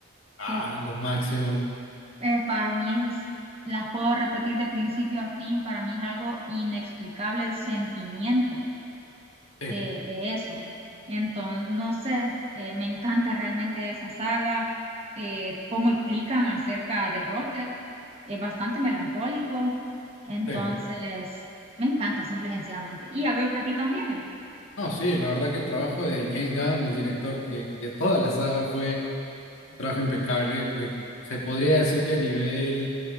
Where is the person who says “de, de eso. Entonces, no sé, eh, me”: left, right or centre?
Right